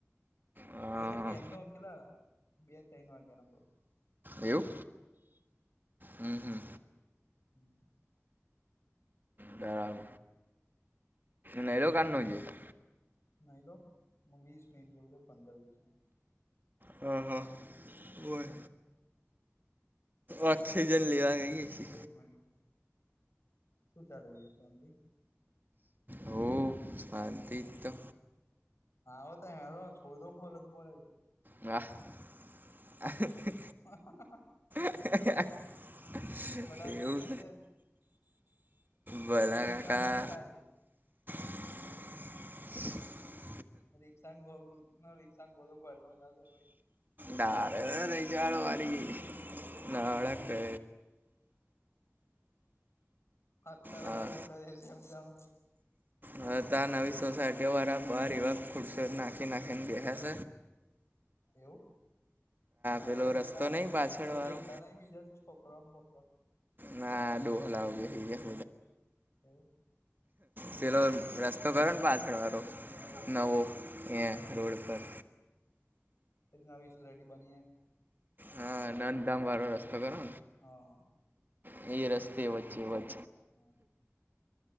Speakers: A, on the right (about 40°); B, on the left (about 65°).
A: હા
B: ફે તો
A: હા
B: કેન ઉકેલા બે ત્રણ વાગ્યા ન બુ
A: એવું હમ્મ હમ્મ
B: હમ્મ
A: બરાબર નરો કાન ન જતો
B: નહી તો વીસ મિનિટ જોઉ તો પંદર વીસ મિનિટ
A: હ હા હોય ઓક્સિજન લેવા ગઈ
B: મિનિટ
A: હશે.
B: એક મિનિટ શું ચાલે બીજું શાંતિ
A: હો શંત તો
B: હો તો હેરો છોડ દો બોલો જ બોલે
A: વાહ <inaudible>
B: <inaudible>
A: <inaudible>
B: બધા
A: એવું
B: કામ કરી દે
A: ભલા
B: હું
A: કાકા
B: ન જવાનું કઈ કાલ થી
A: <unintelligible>
B: રીક્ષાના ગોલો ઘરમાં રીક્ષા ના <unintelligible> છે ભાઈ
A: ડરે નજળ વારી નાળ ક <inaudible>
B: અત્યારે
A: હા
B: જે મુખાય દશે એમ જાણ
A: હ તો આ નવી સોસાયટીઓ વાળા બાહર એવા ખુરશો નાખી નાખી ને બેહ છ
B: એવું મારો
A: પેલો
B: ન
A: રસ્તો
B: હા
A: નહી પાછળ
B: કોઈ
A: વાળો
B: બેતા નહી બીજા છોકરા <unintelligible>
A: ના દોહ લઓગ હીટ
B: એવું
A: પેલો રસ્તો કરો ને પાછળ વાળો
B: હવે
A: નવો એ
B: હા
A: રડ કર
B: એ નવી સોસાયટી બની એ
A: હા, નંદધામ વાળો રસ્તો કરો
B: હા
A: ને એ રસ્તે વચ્ચે વ
B: હમ્મ